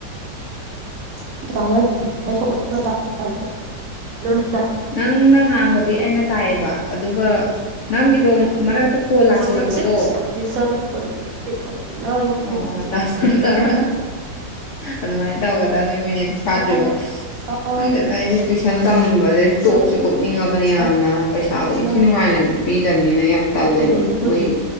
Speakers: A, on the right (about 65°); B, on the left (about 80°).
A: <inaudible>
B: ꯅꯪꯅ ꯉꯥꯡꯕꯗꯤ ꯑꯩꯅ ꯇꯥꯏꯌꯦꯕ ꯑꯗꯨꯒ ꯅꯪꯒꯤꯗꯣ ꯃꯔꯛꯇ ꯀꯣꯜ ꯂꯥꯛꯁꯜꯂꯛꯄꯗꯣ
A: ꯐꯣꯔꯇꯤ ꯁꯤꯛꯁ ꯐꯣꯔꯇꯤ ꯁꯦꯟ ꯐꯇꯤ ꯐꯣꯔꯇꯤ ꯅꯥꯏꯟ
B: ꯑꯣ
A: ꯐꯤꯇꯤꯇ
B: ꯇꯧꯔ ꯇꯧꯔ
A: ꯋꯥꯇ
B: ꯑꯗꯨꯃꯥꯏꯅ ꯇꯧꯒꯗ ꯑꯗꯨ ꯃꯤꯅꯤꯠ ꯐꯥꯗ꯭ꯔꯤꯕ
A: ꯐꯣꯔ ꯐꯥꯏꯚ
B: ꯅꯪꯗꯗ ꯑꯩꯁꯦ ꯇꯨꯏꯁꯟ ꯇꯝꯕꯁꯦ ꯇꯣꯛꯁꯨ
A: ꯁꯚꯦꯟ
B: ꯇꯣꯛꯅꯤꯡꯉꯕꯅꯦ
A: ꯑꯩꯠ
B: ꯌꯥꯝꯅ ꯄꯩꯁꯥꯗꯣ ꯏꯟꯊꯤ
A: ꯅꯥꯏꯟ
B: ꯅꯨꯡꯉꯥꯏꯅ ꯑꯗꯨ ꯄꯤꯗꯕꯅꯤꯅ ꯌꯥꯝ ꯇꯜꯂꯦꯕ
A: ꯂꯣꯏꯔꯦ ꯂꯣꯏꯔꯦ
B: ꯃꯣꯏ